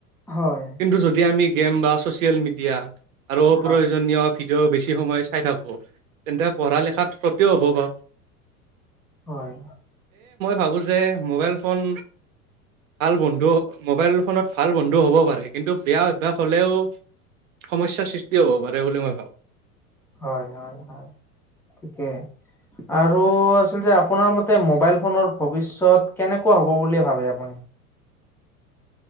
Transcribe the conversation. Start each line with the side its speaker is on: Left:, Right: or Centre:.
Centre: হয়।
Right: কিন্তু, যদি আমি গেম বা ছ'চিয়েল মিডিয়া, আৰু অপ্ৰয়োজনীয়
Centre: হয়
Right: ভি। ডিঅ বেছি সময় চাই থাকো, তেন্তে পঢ়া-লিখাত ক্ষতিও হ'ব বা।
Centre: হয়।
Right: ভাবো যে, মোবাইল ফোন ভাল বন্ধু। মোবাইল ফোনত ভাল বন্ধু হ'ব পাৰে, কিন্তু, বেয়া অভ্যাস হ'লেও। সমস্যাৰ সৃষ্টি হ'ব পাৰে বুলি, মই ভাবোঁ।
Centre: হয়, হয়, হয়, ঠিকে। আৰু আছিল যে আপোনাৰ মতে, মোবাইল ফোনৰ ভৱিষ্যত কেনেকুৱা হ'ব বুলি ভাৱে, আপুনি?
Right: <inaudible> <unintelligible>